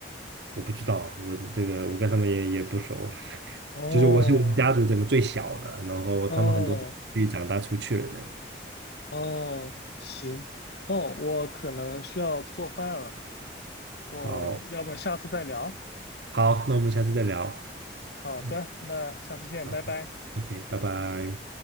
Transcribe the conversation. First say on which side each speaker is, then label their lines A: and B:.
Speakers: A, on the right (about 70°); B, on the left (about 65°).
A: 我不知道，我这个我跟他们也也不熟，<laughs>
B: 哦
A: 就是我是我们家族整个最小的，然后他们很多都自己长大出去了的。
B: 哦哦，行哦，我可能需要做饭了，
A: 好，
B: 我要不下次再聊？
A: 好，那我们下次再聊。
B: 好的，
A: 嗯
B: 那下次见，
A: 好
B: 拜拜。
A: ，OK，拜拜。